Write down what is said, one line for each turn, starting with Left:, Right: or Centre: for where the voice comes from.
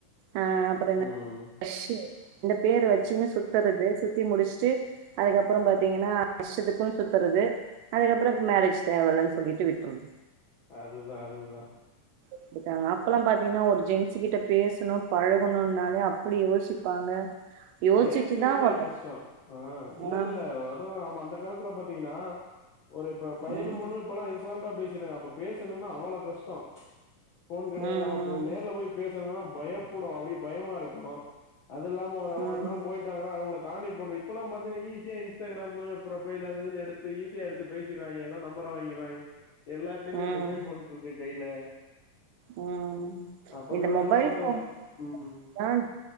Right: ஆ அப்புற இந்த
Left: ம்
Right: க்ரஸு இந்த பேரு வச்சன்னு சுத்தறது சுத் தி முடிச்சுட்டு அதுக்கப்புறோ பாத்தீங்கன்னா இஷ்டத்துக்கு சுத்துறது அதுக்கப்றோ மேரேஜ் தேவ இல் லனு சொல்லிட்டு விட்றது
Left: அதுதா அதுதா
Right: ட்டுடகாங்க அப்பல்லா பாத்தீங்கன்னா ஒரு ஜென்ஸ் கிட்ட பேசணு பழகணுனாலே அப்டி யோசிப்பாங்க யோசிச்சுதா
Left: பேசுறதே
Right: ஒருத்த
Left: கஷ்டோ ஆ இல்லல்ல
Right: ஆ
Left: இல்ல அதெல்லா நம்ம அந்த காலத்துல பாத்தீங்கன்னா ஒரு இப்ப பையன்னு
Right: ம்
Left: பொண்ணு இப்பல்லா இஷ் அசால்ட்டா பேசிட்றாங்க அப்ப பேசுணும்னா அவ்ளோ கஷ்டோ ஃபோன் கெடையாது
Right: ம்
Left: அப்ப நேர்ல போய் பேஸ் சனுனா பயப்படு அப்டி பயமா இருக்கு அது இல்லாம ஒர
Right: ம் ம்
Left: ஒர் போயிட்டாங்கனா அவங்கள காண்டக்ட் பண்னு இப்பல்லா பாத்தீங்கன்னா ஈஸியா இன்ஸ்டாகிராமு ப்ரொபைலு அது இதுன்னு எடுத்து ஈஸியா எடுத்து பே பேசிறாய்ங்க ஏதோ நம்பர வாங்கிறாய்ங்க எல்லார்டையுமே
Right: ம்
Left: மொபைல் ஃபோன் இருக்கு கையில
Right: ம்
Left: அப்ப
Right: இந்த
Left: காலங்கள்லா
Right: மொபைல்
Left: ஒருத்தவங்கட்ட
Right: ஃபோன்
Left: ம்
Right: தான்